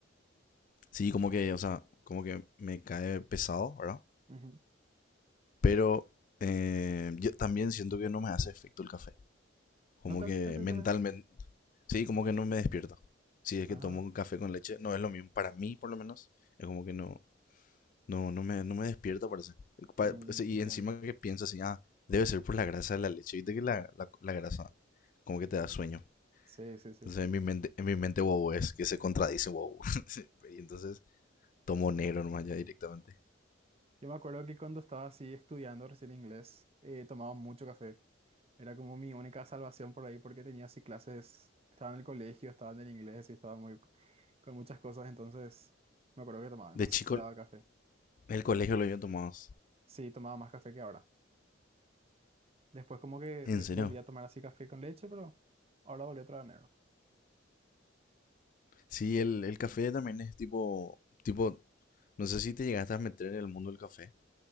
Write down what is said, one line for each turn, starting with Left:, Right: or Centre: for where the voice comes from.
Left: Sí, como que, o sea, como que me cae pesado, ¿verdad?
Right: Ujú.
Left: Pero eh, yo también siento que no me hace efecto el café. Como
Right: ¿No te
Left: que
Right: hace efecto
Left: mentalmente.
Right: el café?
Left: Sí, como que no me despierta. Si es que
Right: Ah.
Left: tomo un café con leche, no es lo mismo. Para mí, por lo menos, es como que no, No, no me, no me despierta, parece. Pa-
Right: Mm,
Left: o Y
Right: entiendo.
Left: encima que pienso así, ah, debe ser por la grasa de la leche. Viste que la, la, la grasa como que te da sueño.
Right: Sí, sí, sí.
Left: Entonces en mi mente, en mi mente wow es que se contradice wow. <laughs> Sí, Y entonces tomo negro nomás ya directamente.
Right: Yo me acuerdo que cuando estaba así estudiando recién inglés, eh, tomaba mucho café. Era como mi única salvación por ahí porque tenía así clases, estaba en el colegio, estaba en el inglés y estaba muy con muchas cosas, entonces me acuerdo que tomaba demasiado
Left: De chico, en
Right: café.
Left: el colegio lo había tomado.
Right: Sí, tomaba más café que ahora. Después como que
Left: ¿En
Right: de-
Left: serio?
Right: volví a tomar así café con leche, pero ahora volví otra vez negro.
Left: Sí, el, el café también es tipo, tipo, no sé si te llegaste a meter en el mundo del café.